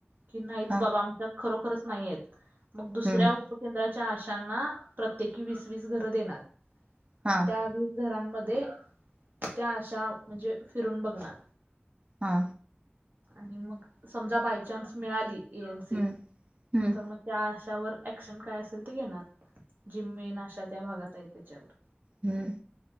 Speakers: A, on the right; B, on the right.
A: की, नाहीच
B: हा
A: बाबा आमच्या खरोखरच नाही आहेत मग दुसऱ्या
B: हम्म
A: उपकेंद्राच्या आशांना प्रत्येकी वीस वीस घरं देणार आणि
B: हा
A: त्या वीस घरांमध्ये त्या अशा म्हणजे फिरून बघणार.
B: हा.
A: आणि मग समजा बाय चान्स मिळाली एनसी
B: हम्म हम्म
A: तर मग त्या आशावर ऍक्शन काय असेल ते घेणार, जि मेन आशा त्या भागात आहे त्याच्यावर
B: हम्.